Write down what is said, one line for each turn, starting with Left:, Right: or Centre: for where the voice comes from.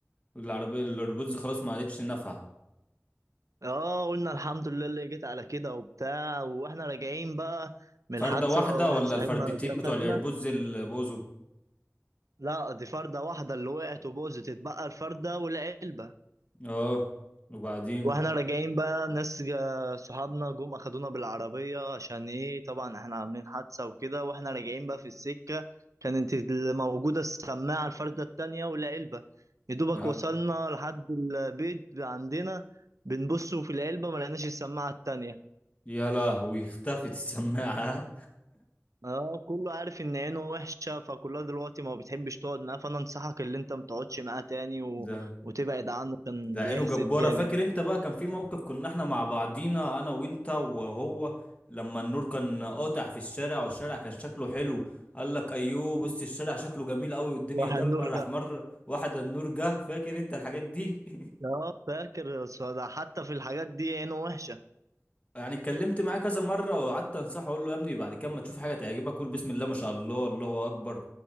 Left: العربية الايربودز خلاص ما عادتش نافعة
Right: اه قلنا الحمد لله اللي جيت على كده وبتاع واحنا راجعين بقى من
Left: فردة
Right: الحادثة
Left: واحدة
Right: واحد
Left: ولا
Right: صاحبنا
Left: الفردتين
Right: جه
Left: بتوع
Right: خدنا
Left: الايربودز اللي بوظوا
Right: لا دي فردة واحدة اللي وقعت وبوظت اتبقى الفردة والعلبة
Left: اه وبعدين
Right: واحنا راجعين بقى ناس جا- صحابنا جم اخدونا بالعربية عشان ايه طبعا احنا عاملين حادثة وكده واحنا راجعين بقى في السكة كانت اللي موجودة السماعة الفردة التانية ولا علبة يدوبك
Left: آه.
Right: وصلنا لحد البيت عندنا بنبص في العلبة ما لقيناش السماعة التانية
Left: يا لهوي اختفت السماعة
Right: اه كله عارف ان عينه وحشة فكلها دلوقتي ما بتحبش تقعد معاه فانا انصحك اللي انت ما تقعدش معاه تاني
Left: <laughs>
Right: و...
Left: ده
Right: وتبعد عنه كان
Left: ده عينه
Right: بيحسد
Left: جبارة
Right: جامد
Left: فاكر انت بقى كان في موقف كنا احنا مع بعضينا انا وانت وهو لما النور كان قاطع في الشارع والشارع كان شكله حلو قال لك ايوه بص الشارع شكله جميل قوي والدنيا
Right: راح
Left: ضلمه
Right: النور
Left: راح مره واحدة النور جه فاكر انت الحاجات دي <laughs>
Right: اه فاكر بس ده حتى في الحاجات دي عينه وحشة
Left: يعني اتكلمت معاه كذا مرة وقعدت انصحه اقول له يا ابني بعد كده ما تشوف حاجة تعجبك قول بسم الله ما شاء الله الله اكبر